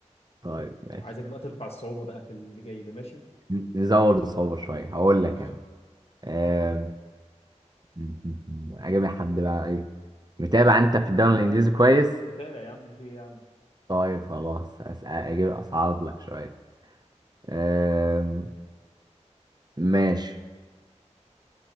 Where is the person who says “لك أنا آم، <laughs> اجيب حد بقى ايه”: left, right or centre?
Right